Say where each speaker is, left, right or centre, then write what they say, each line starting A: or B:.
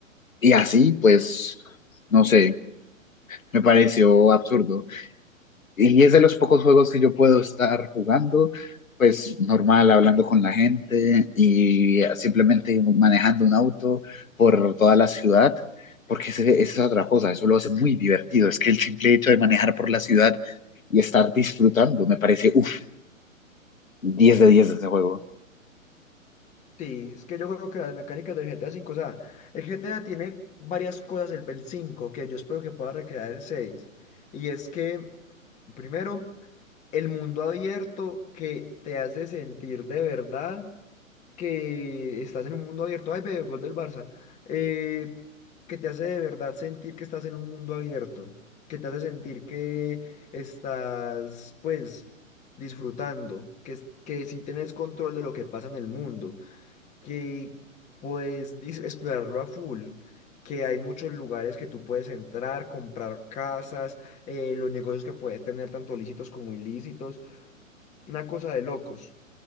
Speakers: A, on the left; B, on the left.
A: y así, pues, no sé, me pareció absurdo. Y es de los pocos juegos que yo puedo estar jugando, pues normal, hablando con la gente y simplemente manejando un auto por toda la ciudad, porque ese- esa es otra cosa, eso lo hace muy divertido. Es que el simple hecho de manejar por la ciudad y estar disfrutando, me parece, uff, 10 de 10 de este juego.
B: Sí, es que yo creo que las mecánicas del GTA V, o sea, el GTA tiene varias cosas, el, el 5 que yo espero que pueda recrear el seis Y es que, primero, el mundo abierto que te hace sentir de verdad. que estás en un mundo abierto. Ay, ve, gol del Barça. Eh, que te hace de verdad sentir que estás en un mundo abierto. Que te hace sentir que estás, pues, disfrutando. Que, es- que si tienes control de lo que pasa en el mundo. Que puedes dis- explorarlo a full. que hay muchos lugares que tú puedes entrar, comprar casas, eh, los negocios que puedes tener, tanto lícitos como ilícitos, una cosa de locos.